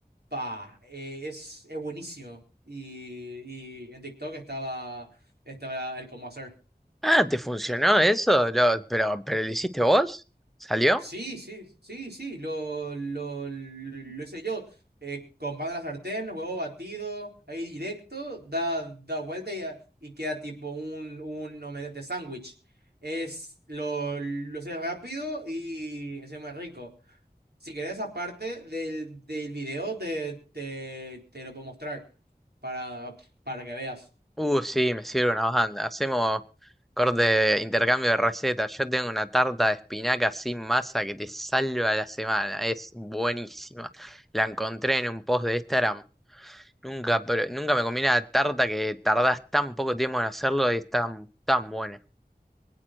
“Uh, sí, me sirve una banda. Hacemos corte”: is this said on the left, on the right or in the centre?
Centre